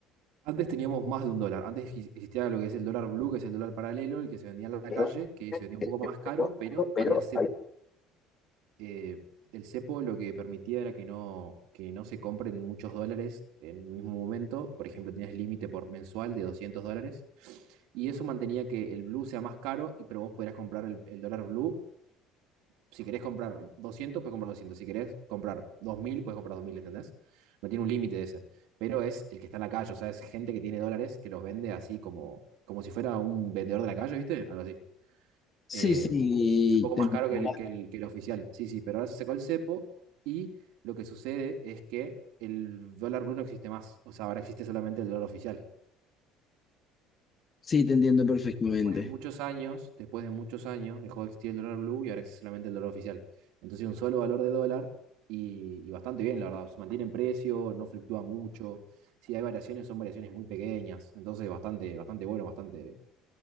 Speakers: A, on the right; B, on the left.
A: Antes teníamos más de un dólar. Antes exi- existía lo que es el dólar blue, que es el dólar paralelo, el que se vendía en la
B: Pero,
A: calle, que se vendía un poco
B: yo
A: más caro,
B: te puedo
A: pero
B: hablar, pero
A: había cepo. eh, el cepo lo que permitía era que no, que no se compren muchos dólares en un mismo momento. Por ejemplo, tenías límite por mensual de 200 dólares. Y eso mantenía que el blue sea más caro, y, pero vos podrías comprar el, el dólar blue. Si querés comprar doscientos puedes comprar doscientos Si querés comprar dos mil puedes comprar dos mil ¿entendés? No tiene un límite ese. Pero es el que está en la calle, o sea, es gente que tiene dólares que los vende así como, como si fuera un vendedor de la calle, ¿viste? Algo así.
B: Sí,
A: Eh,
B: sí,
A: es un poco
B: te
A: más
B: entiendo.
A: caro que el, que el, que el oficial. Sí, sí, pero ahora se sacó el cepo y lo que sucede es que el dólar blue no existe más. O sea, ahora existe solamente el dólar oficial.
B: Sí, te entiendo perfectamente.
A: Después de muchos años, después de muchos años, dejó de existir el dólar blue y ahora existe solamente el dólar oficial. Entonces, un solo valor de dólar y, y bastante bien, la verdad. Se mantiene en precio, no fluctúa mucho. Si hay variaciones, son variaciones muy pequeñas. Entonces, bastante, bastante bueno, bastante,